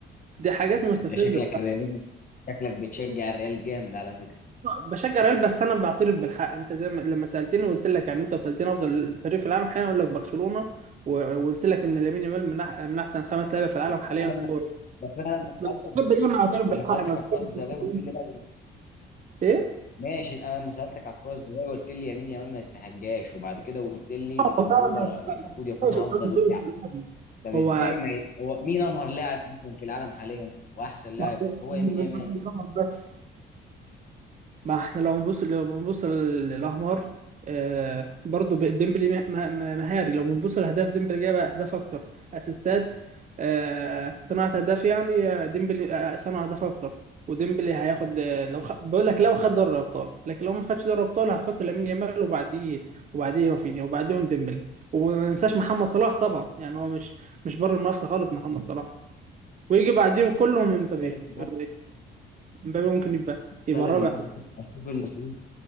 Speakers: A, on the right; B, on the left.
A: دي حاجات مستفزة
B: أنت شكلك الريال شكلك بتشجع الريال جامد على فكرة
A: بشجع ريال بس انا بعترف بالحق انت زي ما لما سالتني وقلت لك يعني انت وسالتني افضل فريق في العالم حاليا اقول لك برشلونه و- وقلت لك ان لامين يامال من, أح- من احسن خمس لعيبه في العالم
B: طب
A: حاليا
B: أنا لما
A: كوره
B: بس انا لما سالتك
A: بس بحب
B: قلت
A: دايما
B: لي
A: اعترف
B: لما
A: بالحق
B: سالتك
A: ما بحبش
B: على الكره الذهبيه قلت لي لا
A: ايه
B: ماشي انا لما سالتك على الكره الذهبيه قلت لي يمين يامال ما يستحقهاش وبعد كده قلت لي
A: هو
B: ان
A: فعلا
B: هو
A: ما
B: المفروض ياخدها
A: بحبش الدور
B: افضل
A: الصناعي.
B: لاعب طب ازاي
A: هو
B: ما ي... هو مين
A: مش
B: امهر لاعب مثلا في العالم حاليا واحسن لاعب
A: مش-
B: هو
A: مش-
B: يمين يامال
A: مش- بس ما احنا لو بنبص لو بنبص للاحمر آه برضو ب- ديمبلي مه- مه- مهاري لو بنبص لاهداف ديمبلي جاب اهداف اكتر اسيستات آه صناعة اهداف يعني آه، ديمبلي آه، صنع اهداف اكتر وديمبلي هياخد آه، لو خ... بقول لك لو خد دوري ابطال لكن لو ما خدش دوري ابطال هحط لامين يامال وبعديه وبعديه رافينيا وبعديهم ديمبلي وما ننساش محمد صلاح طبعا يعني هو مش مش بره المنافسه خالص محمد صلاح ويجي بعديهم كلهم مبابي
B: اختلف معاك
A: آه، مبابي ممكن يبقى
B: اختلف
A: يبقى الرابع
B: معاك اشوف ان صلاح